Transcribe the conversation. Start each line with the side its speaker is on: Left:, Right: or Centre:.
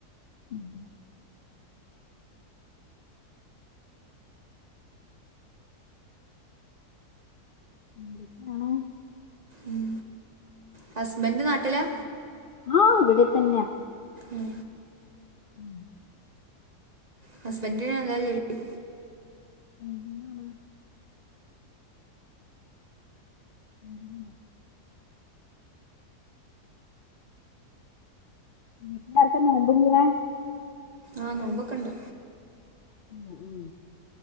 Left: ഉം എന്തൊക്കെയാണ്
Right: ഉം ഹസ്ബന്റ് നാട്ടിലാ
Left: ആഹ് ഇവിടെതന്നെയാ
Right: ഉം
Left: ഉംഹ്
Right: ഹസ്ബന്റ്ന് എന്താജോലി
Left: വെൽഡിങ്ങാണ് വെൽഡിങ് വീട്ടുലാർക്കാ നോമ്പില്ല്യേ
Right: ആഹ് നോമ്പൊക്ക്ണ്ട്
Left: ഉം-ഉം